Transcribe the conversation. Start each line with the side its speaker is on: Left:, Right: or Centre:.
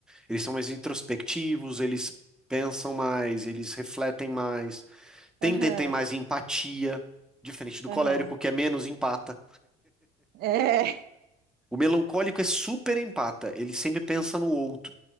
Centre: Eles são mais introspectivos, eles pensam mais, eles refletem mais, tendem
Right: Aham,
Centre: a ter mais empatia, diferente do
Right: aham.
Centre: colérico, que é menos empata.
Right: É,
Centre: O melancólico é super empata, ele sempre pensa no outro.